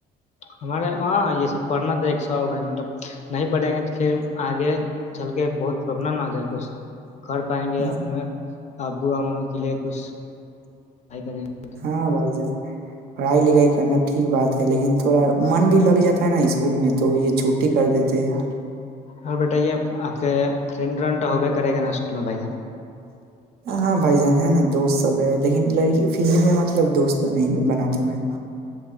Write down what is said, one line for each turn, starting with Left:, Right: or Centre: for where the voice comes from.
Left: ہمارے ہاں یہ سب پڑھنا تو ایک شوق ہے مطلب نہیں پڑھیں گے تو پھر آگے ا چھل کے بہت پربلم نہ ہو جائے گ میں کر پائیں
Right: ہے
Left: گے اپنے ابو ا قلے کچھ آائی کریں گے تو۔
Right: ہاں بھائی جان پڑھائی لکھائی کرنا ٹھیک بات ہے لیکن تھوڑا من بھی لگ جاتا ہے نا اسکول میں تو یہ چھٹی کر دیتے ہیں یار
Left: اور بیٹا یہ آپ کے فرینڈ رن تو ہوگ کرے گا اسکول میں بھائی جن
Right: ہاں بھائی جان ہے نا دوست سب ہے لیکن لڑکی فلم میں مطلب دوست تو نہیں بناتا میں